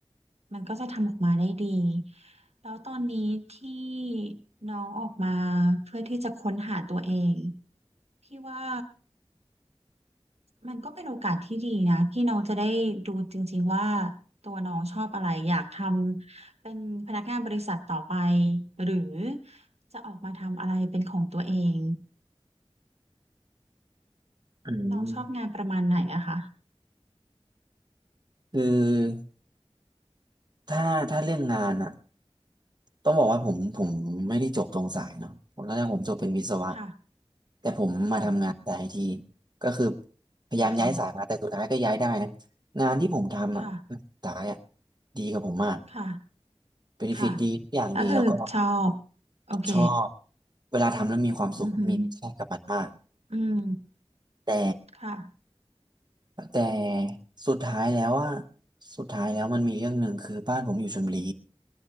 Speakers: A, on the right; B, on the right.
A: มันก็จะทำออกมาได้ดี แล้วตอนนี้ที่น้องออกมาเพื่อที่จะค้นหาตัวเอง พี่ว่ามันก็เป็นโอกาสที่ดีนะที่น้องจะได้ดูจริงๆว่าตัวน้องชอบอะไรอยากทำเป็นพนักงานบริษัทต่อไปหรือจะออกมาทำอะไรเป็นของตัวเอง
B: อืม
A: น้องชอบงานประมาณไหนอะคะ
B: คือถ้าถ้าเรื่องงานอะ ต้องบอกว่าผมผมไม่ได้จบตรงสายเนาะผมตอนแรกผมจบเป็นวิศวะ
A: ค่ะ
B: แต่ผมมาทำงานสายไอที
A: ค่ะ
B: ก็คือพยายามย้ายสายมาแต่สุดท้ายก็ย้ายได้นะ
A: โอเค
B: งานที่ผมทำอ่ะ
A: ค่ะ
B: สายอ่ะดีกับผมมาก
A: ค่ะ
B: เบนฟิตดีทุกอย่างดีแล้วก็
A: ค่ะก็คือชอบ โอเค
B: ชอบเวลาทำแล้วมีความสุขมีแค่กับมันมาก
A: อือหืออืม
B: แต่
A: ค่ะ
B: แต่สุดท้ายแล้วอ่ะสุดท้ายแล้วมันมีเรื่องหนึ่งคือบ้านผมอยู่ชลบุรี